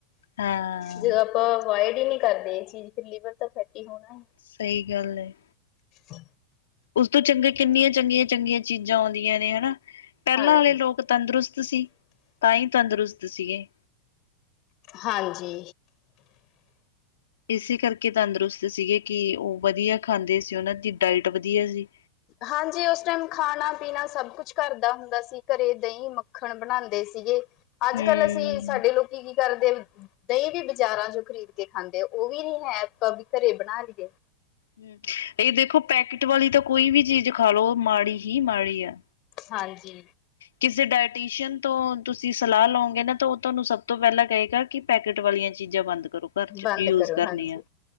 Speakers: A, on the left (about 80°); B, on the left (about 45°).
A: ਹਾਂ
B: ਜਦੋਂ ਆਪਾਂ ਅਵੋਇਡ ਹੀ ਨਹੀਂ ਕਰਦੇ ਇਹ ਚੀਜ਼ ਫਿਰ ਲੀਵਰ ਤਾਂ ਫੈਟੀ ਹੋਣਾ ਹੈ
A: ਸਹੀ ਗੱਲ ਹੈ
B: ਹਾਂ
A: ਉਸ ਤੋਂ ਚੰਗੇ ਕਿੰਨੀਆਂ ਚੰਗੀਆਂ ਚੰਗੀਆਂ ਚੀਜ਼ਾਂ ਆਉਂਦੀਆਂ ਨੇ ਹਨਾ ਪਹਿਲਾਂ
B: ਹਾਂਜੀ
A: ਵਾਲੇ ਲੋਕ ਤੰਦਰੁਸਤ ਸੀ ਤਾਂ ਹੀ ਤੰਦਰੁਸਤ ਸੀਗੇ
B: ਹਾਂਜੀ
A: ਇਸੇ ਕਰਕੇ ਤੰਦਰੁਸਤ ਸੀਗੇ ਕਿ ਉਹ ਵਧੀਆ ਖਾਂਦੇ ਸੀ ਉਹਨਾਂ ਦੀ ਡਾਇਟ ਵਧੀਆ ਸੀ
B: ਹਾਂਜੀ ਉਸ ਟਾਈਮ ਖਾਣਾ ਪੀਣਾ ਸਭ ਕੁਛ ਘਰ ਦਾ ਹੁੰਦਾ ਸੀ ਘਰੇ ਦਹੀਂ ਮੱਖਣ ਬਣਾਉਂਦੇ ਸੀਗੇ ਅੱਜ
A: ਹੂੰ
B: ਕੱਲ੍ਹ ਅਸੀਂ ਸਾਡੇ ਲੋਕੀ ਕੀ ਕਰਦੇ ਦਹੀਂ ਵੀ ਬਜ਼ਾਰਾਂ ਚ ਖਰੀਦ ਕੇ ਖਾਂਦੇ ਉਹ ਵੀ ਨੀ ਹੈ ਆਪਾਂ ਵੀ ਘਰੇ ਬਣਾ ਲਈਏ
A: ਹਮ ਇਹ ਦੇਖੋ ਪੈਕਟ ਵਾਲੀ ਤਾਂ ਕੋਈ ਵੀ ਚੀਜ਼ ਖਾ ਲੋ ਮਾੜੀ ਹੀ ਮਾੜੀ ਆ
B: ਹਾਂਜੀ
A: ਕਿਸੇ ਡਾਇਟੀਸ਼ੀਅਨ ਤੋਂ ਤੁਸੀਂ ਸਲਾਹ ਲਓਗੇ ਨਾ ਤਾਂ ਉਹ ਤੁਹਾਨੂੰ ਸਭ ਤੋਂ ਪਹਿਲਾਂ ਕਹੇਗਾ ਕਿ ਪੈਕਟ ਵਾਲੀਆਂ ਚੀਜ਼ਾਂ ਬੰਦ ਕਰੋ ਘਰ ਚ
B: ਬੰਦ
A: ਯੂਜ
B: ਕਰੋ
A: ਕਰਨੀਆਂ
B: ਹਾਂਜੀ